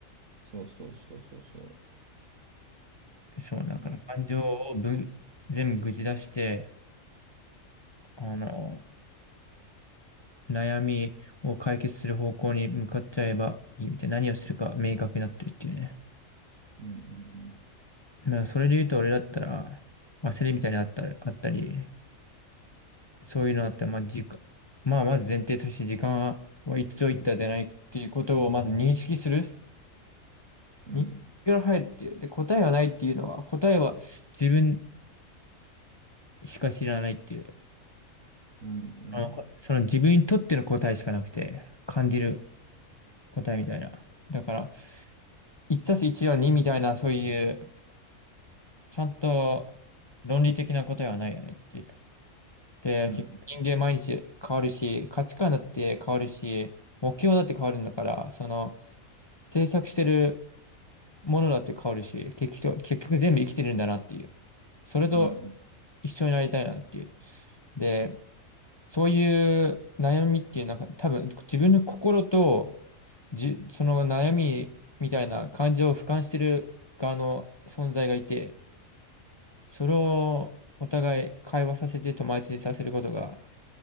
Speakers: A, on the right (about 70°); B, on the left (about 25°).
A: そうそうそうそうそ
B: そう、だから感情をぶ、
A: う。うん
B: 全部ぐじ出して、あの、悩みを解決する方向に向かっちゃえばいいみたいな。何をするか明確になってるっていうね。
A: うんうん
B: まあ、それで言うと俺だったら、焦りみたいなのあったり、あったり、そういうのあったら、まあ、時間、まあ、まず前提として時間は一長一短でないっていうことをまず認識する。
A: うん、
B: 日ら入るっていう。で、答えはないっていうのは、答えは自分しか知らないっていう。
A: うん、う
B: あのその自分にとっての答えしかなくて、
A: ん、
B: 感じる答えみたいな。だから、1たす1は2みたいな、そういう、ちゃんと論理的な答えはないよねっていう。で、
A: うん、
B: 結局人間毎日変わるし、価値観だって変わるし、目標だって変わるんだから、その、制作してるものだって変わるし、結局、結局全部生きてるんだなっていう。それと、
A: うん、
B: 一緒になりたいなっていう。で、そういう悩みっていう、なんか多分自分の心とじ、その悩みみたいな感情を俯瞰してる側の存在がいて、それをお互い会話させて友達にさせることが